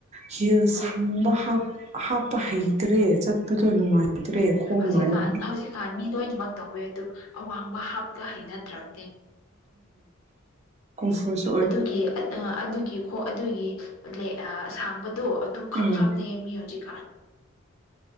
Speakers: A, on the right; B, on the left.
A: ꯍꯤ ꯁꯕ
B: ꯑꯥ
A: ꯍꯥ ꯍꯥꯞꯄ ꯍꯩꯇ꯭ꯔꯦ ꯆꯠꯄꯗꯣ ꯅꯨꯡꯉꯥꯏꯇ꯭ꯔꯦ ꯈꯣꯡ
B: ꯍꯧꯖꯤꯛꯀꯥꯟ
A: ꯅꯥꯏꯌꯦ
B: ꯍꯧꯖꯤꯛꯀꯥꯟ ꯃꯤ ꯂꯣꯏꯅꯃꯛ ꯇꯧꯋꯦ ꯑꯗꯨ ꯑꯋꯥꯡꯕ ꯍꯥꯞꯇ ꯍꯩꯅꯗ꯭ꯔꯕ
A: ꯀꯝꯐꯁ
B: ꯑꯗꯨꯒꯤ ꯑꯗꯨꯒꯤ ꯈꯣꯡ ꯑꯗꯨꯒꯤ ꯑꯁꯥꯡꯕꯗꯣ ꯑꯗꯨ ꯈꯛ
A: ꯎꯝ
B: ꯍꯥꯞꯅꯩ ꯃꯤ ꯍꯧꯖꯤꯛꯀꯥꯟ